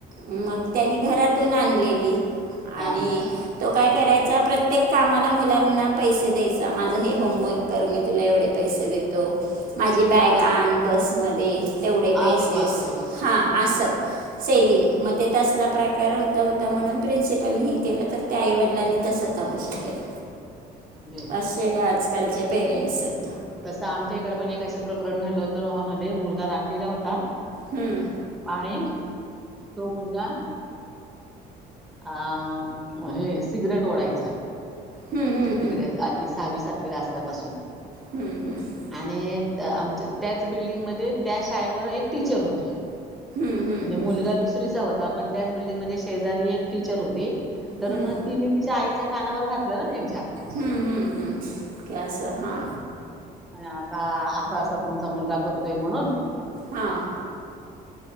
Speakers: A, on the right (about 55°); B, in the centre.
A: मग त्यांनी घरातून आणलेली
B: हा.
A: आणि तो काय करायचा प्रत्येक कामाला मुलांना पैसे द्यायचा माझं हे होमवर्क. कर मी तुला एवढे पैसे देतो माझी बॅग आण बसमध्ये तेवढे
B: अरे
A: पैसेस
B: बापरे!
A: हा असं. सेलिंग मग ते तसला प्रकार होता होता म्हणून प्रिन्सिपलने हे केलं तर. त्या आईवडिलांनी तस तमाशा केला.
B: घे.
A: असे आजकालचे पेरेंट्स आहेत.
B: तसं आमच्या इकडे पण एक असे प्रकरण घडलं होतं रोहामध्ये मुलगा राठीला होता.
A: हम्म.
B: आणि तो मुलगा. आ हे सिगरेट ओढायचा.
A: हम्म हम्म
B: तिकडे आधी सहावी सातवी ला असल्या पासून.
A: हम्म हम्म. हम्म
B: आणि आमच्या त्याच बिल्डिंगमध्ये त्या शाळेवर एक टीचर होती.
A: हम्म हम्म हम्म
B: म्हणजे मुलगा दुसरीचा होता पण त्याच बिल्डिंगमध्ये शेजारी एक टीचर होती. तर
A: हम्म
B: मग तिनी तिच्या आईच्या कानावर घातलं ना.
A: हम्म हम्म हम्म क्यास हा.
B: अन् का असा असा तुमचा मुलगा करतोय म्हणून.
A: हां